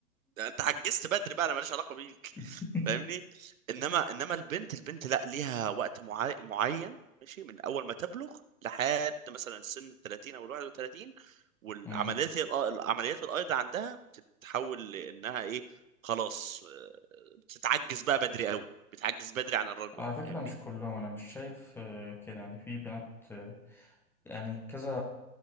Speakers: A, on the right; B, in the centre.
A: يعني انت عجزت بدري بقى انا ماليش علاقه بيك
B: <laughs>
A: فاهمني انما انما البنت البنت لا ليها وقت معي... معين ماشي من اول ما تبلغ لحد مثلا سن ال 30 او ال 31 والعمليات
B: امم
A: العمليات الايض عندها بتتحول لانها ايه خلاص آه، بتتعجز بقى بدري قوي بتعجز بدري عن الرجل
B: على فكرة
A: فاهمني
B: مش كلهم أنا مش شايف آه، كده يعني في بنات آه، يعني كذا